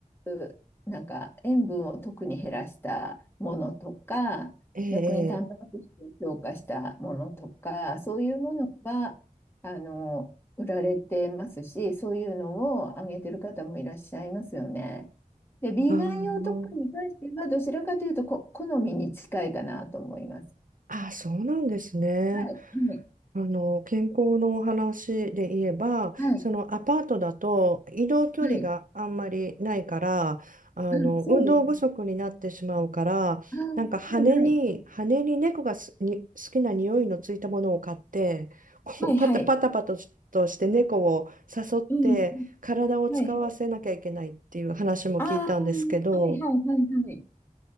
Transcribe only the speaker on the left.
いう、なんか塩分を特に減らしたものとか、
逆にタンパク質を強化したものとか、そういうものが、あの、売られてますし、そういうのをあげてる方もいらっしゃいますよね。で、ビーガン用とかに関しては、
どちらかというとこ、好みに近いかなと思います。
はい、はい、
はい、
はい。
あ、そうですね。あ、はい、
はい。
はい、はい。うん、はい、はい。ああ、はい、はい、はい、はい。